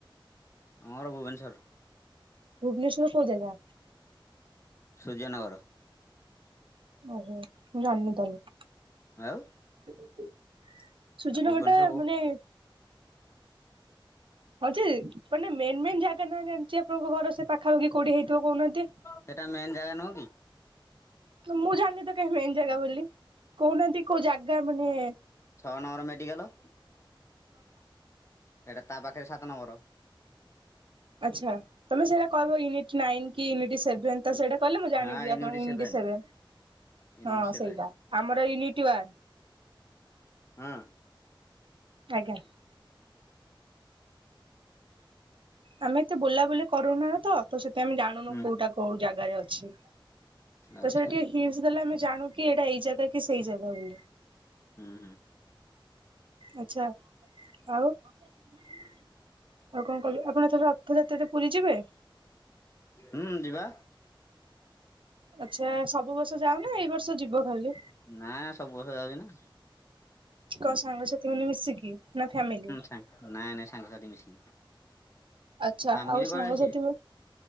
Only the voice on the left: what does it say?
ଆମ ଘର ଭୁବନେଶ୍ୱର।
ସୂର୍ଯ୍ୟନଗର।
ଆଉ
ଆଉ ଭୁବନେଶ୍ୱର କୋଉ
ସେଇଟା ମେନ୍ ଜାଗା ନୁହଁ କି?
ଛଅ ନମ୍ୱର ମେଡ଼ିକାଲ ସେଇଟା ତା ପାଖରେ ସାତ ନମ୍ବର
ହଁ
ୟୁନିଟ ସେଭେନ
ୟୁନିଟ
ସେଭେନ
ହୁଁ।
ହୁଁ
ଆଚ୍ଛା
ହୁଁ ହୁଁ।
ହୁଁ ଯିବା
ନା ସବୁ ବର୍ଷ ଯାଉଛି ନା।
ତାଙ୍କ୍ ନାଇଁ ନାଇଁ ସାଙ୍ଗସାଥି ମିଶିକି।
ଫାମିଲି
କୁଆଡେ ଆସିବେ?